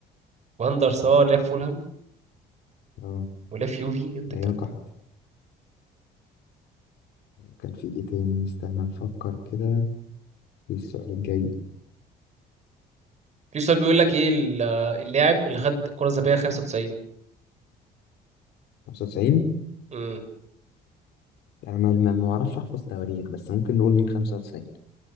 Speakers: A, on the right; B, on the left.
A: واندر سار لعب في فولهام
B: اه
A: ولعب في يوفي امتى
B: ايام
A: الكلام
B: الكحرة
A: ده
B: كان في ايه تاني استنى نفكر كده في السؤال الجاي
A: في سؤال بيقول لك ايه ال- اللاعب اللي خد كره ذهبيه 95
B: 95
A: امم
B: انا ما ما ما اعرفش احفظ تواريخ بس ممكن نقول مين 95